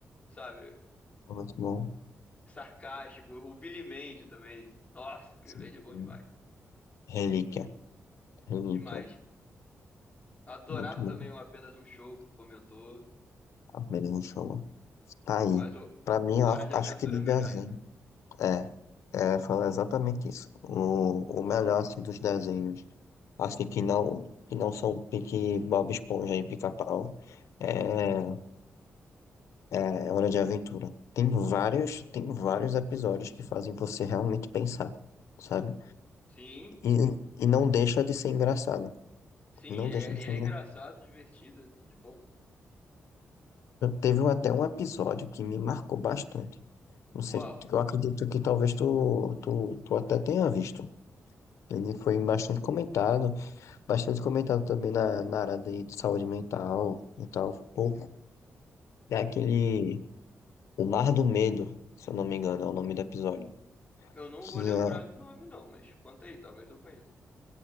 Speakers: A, on the left; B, on the left.
A: sabe?
B: É, muito bom.
A: Sarcástico. O Billy Mandy também. Nossa, Billy
B: Sim,
A: Mandy é bom
B: sim.
A: demais.
B: Relíquia, Relíquia,
A: Demais. Adorava
B: muito bom.
A: também o apenas um show que tu comentou,
B: A Berlim Show. Tá aí.
A: mas o
B: Pra mim,
A: Hora
B: eu ac-
A: de Aventura
B: acho que de
A: é melhor
B: desenho.
A: ainda.
B: É, é, fala exatamente isso. O, o melhor, assim, dos desenhos, assim, que não, que não são pique Bob Esponja e Pica-Pau, é, é Hora de Aventura. Tem vários, tem vários episódios que fazem você realmente pensar, sabe?
A: Sim,
B: E, e não deixa de ser engraçado.
A: sim,
B: Não
A: e é,
B: deixa de
A: e
B: ser
A: é
B: engraçado.
A: engraçado, divertido, é tudo de bom.
B: Teve até um episódio que me marcou bastante. Não sei,
A: Qual?
B: eu acredito que talvez tu, tu, tu até tenha visto. Ele foi bastante comentado, bastante comentado também na, na área de, de saúde mental e tal. Pô, é aquele O Mar do Medo, se eu não me engano, é o nome do episódio.
A: Eu não
B: Que,
A: vou lembrar
B: é,
A: do nome não, mas conta aí, talvez eu conheça.